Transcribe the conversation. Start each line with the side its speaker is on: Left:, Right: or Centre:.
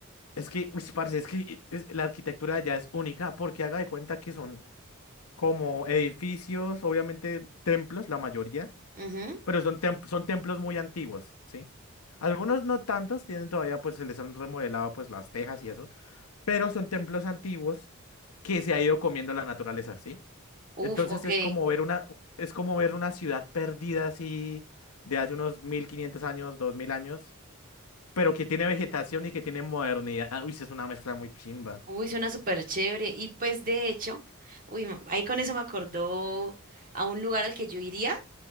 Left: Es que, uy, parce, es que eh, es- la arquitectura ya es única porque haga de cuenta que son como edificios, obviamente templos, la mayoría,
Right: Ujú.
Left: pero son, tem- son templos muy antiguos, ¿sí? Algunos no tantos, tienen todavía, pues se les han remodelado pues las tejas y eso, pero son templos antiguos que se ha ido comiendo la naturaleza, ¿sí?
Right: Uf,
Left: Entonces
Right: ok.
Left: es como ver una, es como ver una ciudad perdida así de hace unos 1500 años, 2000 años, pero que tiene vegetación y que tiene modernidad. Uy, sí, es una mezcla muy chimba.
Right: Uy, suena súper chévere. Y pues de hecho, uy, m- ahí con eso me acordó a un lugar al que yo iría,